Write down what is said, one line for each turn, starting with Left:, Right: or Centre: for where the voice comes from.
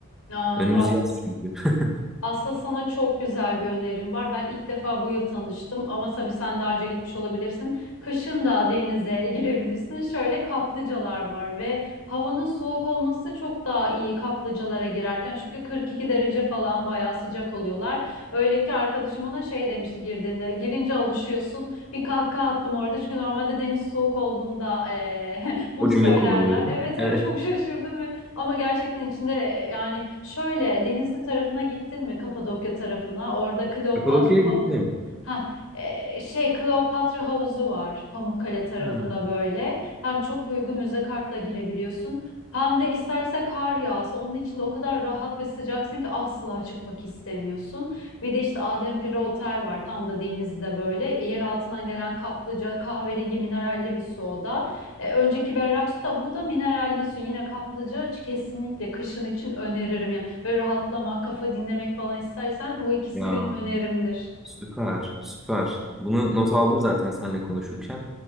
Left: Aa,
Centre: Önümüz
Left: ba-
Centre: yaz çünkü. <laughs>
Left: Aslında sana çok güzel bir önerim var. Ben ilk defa bu yıl tanıştım ama tabii sen daha önce gitmiş olabilirsin. Kışın da denize <laughs> girebilirsin. Şöyle kaplıcalar var ve havanın soğuk olması çok daha iyi kaplıcalara girerken. Çünkü 42 derece falan bayağı sıcak oluyorlar. Öyle ki arkadaşım ona şey demişti girdiğinde. Girince alışıyorsun. Bir kahkaha attım orada. Çünkü normalde deniz soğuk olduğunda eee, <laughs> bunu
Centre: O
Left: söylerler.
Centre: cümle kullanılıyor.
Left: Evet
Centre: <laughs>
Left: evet
Centre: Evet.
Left: çok şaşırdım ve ama gerçekten içinde e, yani şöyle Denizli tarafına gittin mi Kapadokya tarafına? Orada Kleopatra
Centre: Kapadokya'ya gittim.
Left: havuzu. Ha, e, şey Kleopatra havuzu var Pamukkale tarafında
Centre: Ha.
Left: böyle. Hem çok uygun müze kartla girebiliyorsun. Hem de isterse kar yağsa onun içinde o kadar rahat ve sıcaksın ki asla çıkmak istemiyorsun. Bir de işte Adempire Otel var tam da denizde böyle. Yer altından gelen kaplıca kahverengi mineralli bir su o da. E, önceki berrak su da bu da mineralli su. Yine kaplıca kesinlikle kışın için öneririm yani Böyle rahatlamak, kafa dinlemek falan istersen bu ikisi
Centre: Ya
Left: benim önerimdir.
Centre: Süper, süper. Bunu not aldım zaten seninle konuşurken.